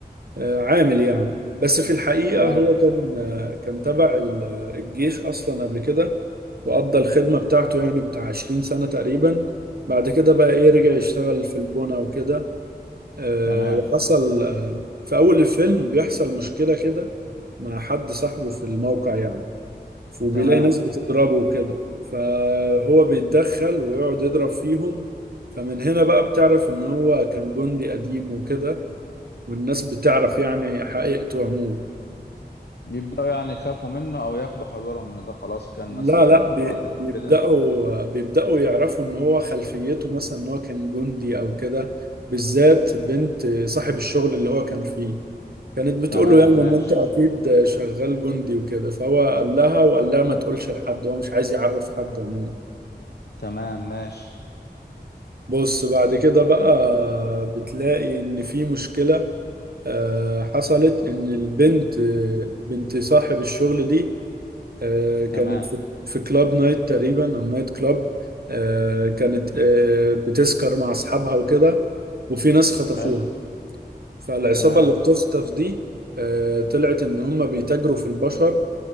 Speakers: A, on the right (about 65°); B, on the left (about 70°).
A: آه، عامل يعني بس في الحقيقه
B: تمام
A: هو كان آه، كان تبع ال- الجيش اصلا قبل كده وقضى الخدمه بتاعته يعني بتاع 20 سنه تقريبا بعد كده بقى ايه رجع يشتغل في البناء وكده آه،
B: تمام
A: وحصل آه، في اول الفيلم بيحصل مشكله كده مع حد صاحبه في الموقع يعني وبيلاقي
B: تمام
A: ناس بتضربه وكده فهو بيتدخل ويقعد يضرب فيهم فمن هنا بقى بتعرف ان هو كان جندي قديم وكده والناس بتعرف يعني حقيقته عموما
B: بيبداوا يعني يخافوا منه او ياخدوا حذرهم ان ده خلاص كان
A: لا
B: مثلا
A: لا
B: مقاتل
A: بي-
B: او
A: بيبدأوا
B: كده
A: بيبدأوا يعرفوا ان هو خلفيته مثلا ان هو كان جندي او كده بالذات بنت صاحب الشغل اللي هو كان فيه كانت بتقول
B: تمام
A: له يعني
B: ماشي
A: ان انت اكيد شغال جندي وكده فهو قال لها وقال لها ما تقولش لحد هو مش عايز يعرف حد عموما
B: تمام ماشي
A: بص بعد كده بقى بتلاقي ان في مشكلة آه، حصلت ان البنت آه، بنت صاحب الشغل دي آه، كانت
B: تمام
A: في في كلاب نايت تقريبا او نايت كلاب آه، كانت آه، بتسكر مع اصحابها وكده وفي ناس خطفوها
B: حلو
A: فالعصابة
B: تمام
A: اللي بتخطف دي آه، طلعت ان هم بيتاجروا في البشر